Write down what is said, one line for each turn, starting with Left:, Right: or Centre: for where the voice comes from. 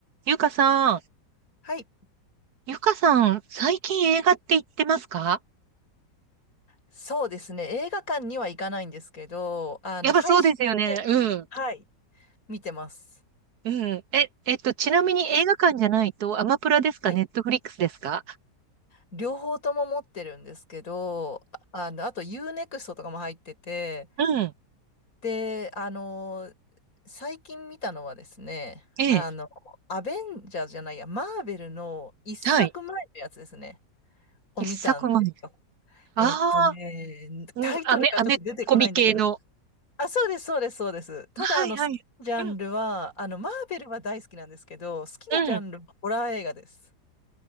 Right: ゆかさん、
Left: はい。
Right: ゆかさん、最近映画って行ってますか
Left: そうですね。映画館には行かないんですけど、あの、
Right: やっぱそうですよね。
Left: 配信で、
Right: うん。
Left: はい、見てます。
Right: うん。え、えっと、ちなみに映画館じゃないと、アマプラですかネットフリックスですか
Left: はい。両方とも持ってるんですけど、ああの、あと u ネクストとかも入ってて、
Right: うんうん。うん。
Left: で、あの、最近見たのはですね、
Right: ええ。
Left: あの、アベンジャーじゃないや、マーベルの一作前のやつですね、
Right: はい。
Left: を見たんですよ。
Right: 一作前。ああ、
Left: えっとね、
Right: うん、
Left: タイトルがちょっと出てこないんだけど、
Right: アメ、アメコミ系の。
Left: あ、そうです、そうです、そうです。ただ、
Right: はいはい。
Left: あの、好きなジャンルは、
Right: うん、
Left: あの、マーベルは大好きなんですけど、好きなジャンルはホラー映画です。
Right: うん、